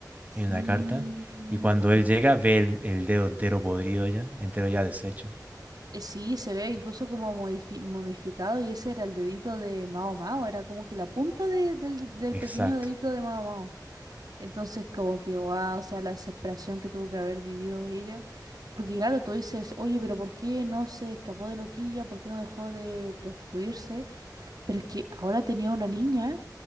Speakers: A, on the right (about 65°); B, on the right (about 20°).
A: Sí,
B: en una carta? Y cuando él llega ve el, el dedo entero podrido ya, entero ya deshecho.
A: eh, sí, se ve incluso como modifi- momificado y ese era el dedito de Mao Mao, era como que la punta de- del, del
B: Exacto.
A: pequeño dedito de Mao Mao. Entonces como que, wow, o sea, la desesperación que tuvo que haber vivido ella. Porque claro, tú dices, oye, pero ¿por qué no se escapó de loquilla? ¿Por qué no dejó de prostituirse? Pero es que ahora tenía una niña,